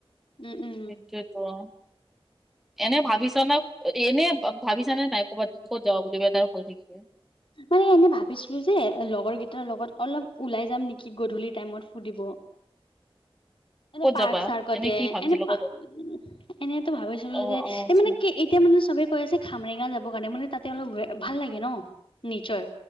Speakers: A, on the left; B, in the centre.
A: উম উম
B: সেইটোৱে। এনে ভাবিছ নে এনে ভাবিছানে তাই ক'বাত ক'ত যাব বুলি আৰু ভাল থাকিলে।
A: মানে এনে ভাবিছিলো যে লগৰ কেইটাৰ লগত অলপ ওলাই যাম নেকি গধূলি টাইমত ফুৰিব।
B: <inaudible>
A: এনে
B: ক'ত
A: পাৰ্ক
B: যাবা
A: চাৰ্কতে
B: কি ভাবিছিলা
A: এনে পা
B: ক'ত যাবা
A: এনেতো ভাবিছিলো
B: অ
A: যে
B: অ আচ্ছা
A: এই মানে কি এতিয়া মানে চবে কৈ আছে খামৰেঙা যাব কাৰণে, মানে তাতে অলপ ভাল লাগে ন' নেচাৰ